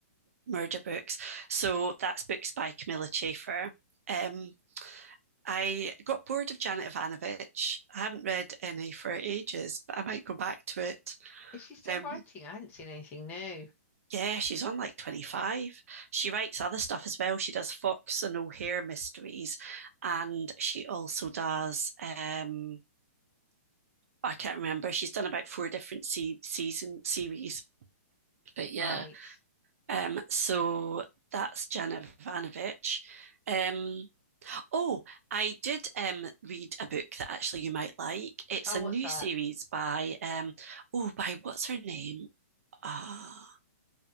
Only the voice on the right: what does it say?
murder books. So that's books by Camilla Chafer. Um, I got bored of Janet Ivanovic. I haven't read any for ages, but I might go back to it.
Um,
yeah, she's on like 25. She writes other stuff as well. She does Fox and O'Hare mysteries, and she also does um I can't remember. She's done about four different se- season series, but yeah.
Um, so that's Jana Ivanovic. Um, oh, I did um read a book that actually you might like. It's
a
new
series by um oh by what's her name? Ah, uh,